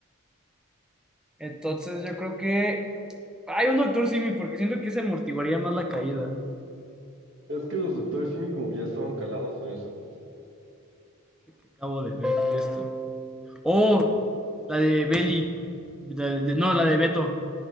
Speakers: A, in the centre; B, on the right.
A: Entonces yo creo que. Hay un Doctor Simi, porque siento que se amortiguaría más la caída.
B: Es que los doctores Simi como que ya estaban calados en eso.
A: que acabo de ver de esto. Oh, la de Belly. La de- no, la de Beto.